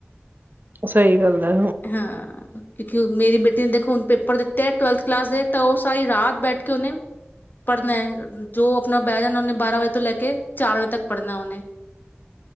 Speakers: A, on the right; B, on the left.
A: ਸਹੀ ਗੱਲ ਆ
B: ਹਾਂ। ਕਿਉਂਕਿ ਉਹ ਮੇਰੀ ਬੇਟੀ ਨੇ ਦੇਖੋ ਹੁਣ ਪੇਪਰ ਦਿੱਤੇ ਹੈ। ਟਵੈਲਥ ਕਲਾਸ ਦੇ ਤਾਂ ਉਹ ਸਾਰੀ ਰਾਤ ਬੈਠ ਕੇ ਉਹਨੇ ਪੜ੍ਹਨਾ ਹੈ। ਜੋ ਆਪਣਾ ਬਹਿ ਜਾਣਾ ਉਹਨੇ ਬਾਰਾਂ ਵਜੇ ਤੋਂ ਲੈ ਕੇ ਚਾਰ ਵਜੇ ਤੱਕ ਪੜ੍ਹਨਾ ਉਹਨੇ